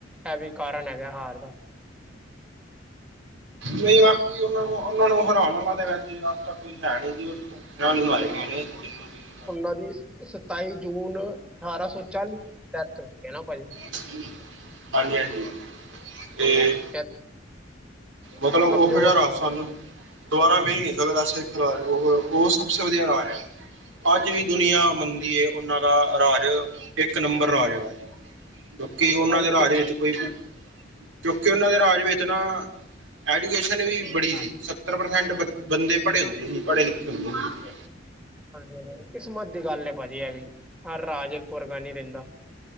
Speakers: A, in the centre; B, on the right (about 85°).
A: ਇਹ ਵੀ ਕਾਰਨ ਹੈਗਾ ਹਾਰ ਦਾ
B: ਨਹੀਂ ਬਾਕੀ ਉਹਨਾਂ ਨੂੰ ਉਹਨਾਂ ਨੂੰ ਹਰਾਉਣਾ ਦੇ ਵੈਸੇ ਅਜ ਤਾਂ ਕੋਈ ਹੈ ਨੀ ਜੀ ਉਹਦੇ ਤੋਂ <unintelligible>
A: ਉਹਨਾਂ ਦੀ ਸਤਾਈ ਜੂਨ ਅਠਾਰਾਂ ਸੌ ਚਾਲੀ ਡੈਥ ਹੋਈ ਹੈ ਨਾ ਭਾਜੀ
B: ਹਾਂਜੀ ਹਾਂਜੀ
A: ਹਾਂਜੀ
B: ਤੇ ਮਤਲਬ
A: ਕਮਜ਼ੋਰ
B: ਉਹ ਜਾਰ ਸਾਨੂੰ ਦੁਬਾਰਾ ਮਿਲ ਨਈ ਸਕਦਾ ਸਿੱਖ ਰਾਜ ਉਹ ਉਹ ਸਭੇ ਤੋਂ ਵਧੀਆ ਰਾਜ ਹੈਗਾ ਅੱਜ ਵੀ ਦੁਨੀਆਂ ਮੰਨਦੀ ਉਹਨਾਂ ਦਾ ਰਾਜ ਇੱਕ ਨੰਬਰ ਰਾਜ ਹੈਗਾ ਸੀ ਕਿਉਂਕਿ ਉਹਨਾਂ
A: ਭਾਜੀ
B: ਦੇ ਰਾਜ
A: ਕਿਸ
B: ਵਿੱਚ ਕੋਈ ਕਿਉਂਕਿ ਉਹਨਾਂ ਦੇ ਰਾਜ ਵਿੱਚ ਨਾ ਐਜੂਕੇਸ਼ਨ ਵੀ ਬੜੀ ਸੀ ਸੱਤਰ ਪ੍ਰਸੈਂਟ ਬੰਦੇ ਪੜ੍ਹੇ ਹੁੰਦੇ ਸੀ, ਪੜ੍ਹੇ ਲਿਖੇ ਹੁੰਦੇ ਸੀ।
A: ਹਾਂਜੀ ਹਾਂ ਕਿਸਮਤ ਦੀ ਗੱਲ ਨੇ ਭਾਜੀ ਹੈਗੀ ਜੀ, ਹਰ ਰਾਜ ਇੱਕ ਵਰਗਾ ਨੀ ਰਹਿੰਦਾ।